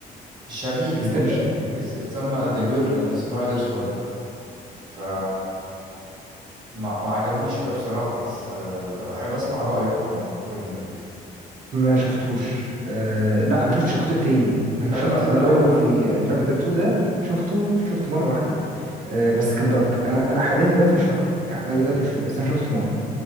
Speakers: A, on the right; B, on the right.
A: شبيه
B: اكستنشن
A: بيه أوي ات- اتسمى The Girl in the Spider's Web فما ما عجبنيش أوي بصراحة بس آه، أحب أسمع رأيك عن عن الفيلم ده
B: ما شفتوش آه لا ما شفتش الجزء التاني انا
A: لا
B: شفت
A: لا قصدي
B: ذا
A: على
B: جيرل
A: أول
B: وذ ذا دراجون تاتو ده شفته شفت مره واحده آه بس كان دارك انا انا حاليا دلوقتي مش فاكره يعني انا دلوقتي مش فاكره بس انا شفته مره